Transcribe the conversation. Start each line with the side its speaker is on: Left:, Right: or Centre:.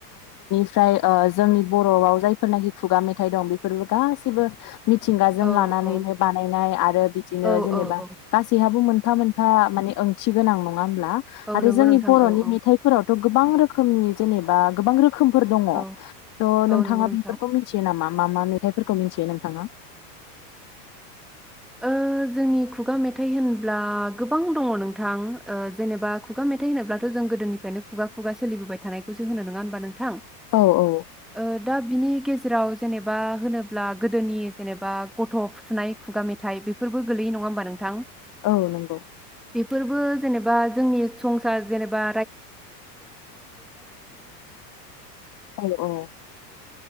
Left: फ्राय ओ जोंनि बरआव जायफोरनाखि खुगा मेथाइ दं बेफोरबो गासिबो मिथिंगाजों
Centre: औ
Left: लानानैनो
Centre: औ
Left: बानायनाय आरो बिदिनो
Centre: औ
Left: जेनेबा
Centre: औ औ
Left: गासैहाबो मोन फा मोनफा माने ओंथि गोनां नङा होमब्ला
Centre: औ
Left: आरो
Centre: नंगौ
Left: जोंनि
Centre: नोंथां
Left: बर
Centre: औ
Left: नि
Centre: औ
Left: मेथाइफोराव थ गोबां रोखोमनि जेनेबा गोबां रो खोमफोर दङ
Centre: औ
Left: थ नोंथाङा
Centre: औ नंगौ नोंथां
Left: बिफोरखौ मिन्थियो नामा मा मा मेथाइफोरखौ मिन्थियो नोंथाङा
Centre: ओ जोंनि खुगा मेथाइ होनब्ला गोबां दङ नोंथां ओ जेनेबा खुगा मेथाइ होनोब्लाथ जों गोदोनिफ्रायनो खुगा खुगा सोलिबोबाय थानायखौसो होनो नङा होनबा नोंथां
Left: औ औ
Centre: ओ दा बिनि गेजेराव जेनेबा होनोब्ला गोदोनि जेनेबा गथ' फुथुनाय खुगा मे थाइ बेफोरबो गोलैयो नङा होमबा नोंथां।
Left: औ नोंगौ
Centre: बेफोरबो जेनेबा जोंनि <unintelligible> दङ' जेनेबा
Left: औ औ